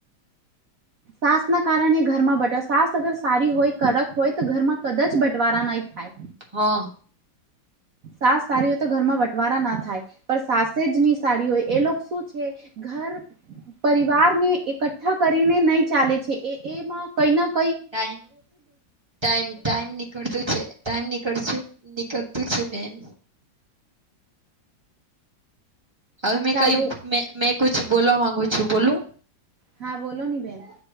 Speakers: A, on the right (about 55°); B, on the right (about 15°).
A: સાસ ના કારણે ઘરમાં બટસ સાસ અગર સારી હોય કડક હોય તો ઘરમાં કદાચ બટવારા નહી થાય.
B: હા.
A: સાસ સારી તો ઘરમાં વટવારા ના થાય, પણ સાસે જ ની સારી હોય એ લોકો શું છે ઘા પરિવારને એકઠ્ઠા કરીને નહી ચાલે છે એ એમાં કઈ ન
B: ટાઈમ ટાઇમ ટાઈમ નીકળતું છે ટાઈમ નીકસુ નીકળતું છે બેન. હવે મેં
A: ચાલો
B: કઈ મે મેં કુછ બોલવા માંગુ છું બોલું.
A: હા બોલો ની બેન.